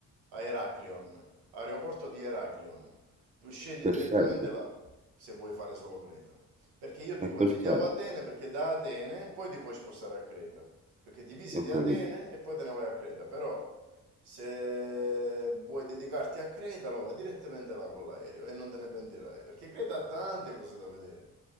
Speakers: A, on the right; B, on the right.
A: a Heraklion, aeroporto di Heraklion. Tu scendi
B: Perfetto,
A: direttamente là se vuoi fare solo Creta. Perché io ti
B: è
A: consigliavo
B: perfetto.
A: Atene perché da Atene poi ti puoi spostare a Creta. Perché ti visiti
B: Ho capito,
A: Atene e poi te ne vai a Creta, però se vuoi dedicarti a Creta lo vai direttamente là con l'aereo e non te ne pentirai, perché Creta ha tante cose da vedere.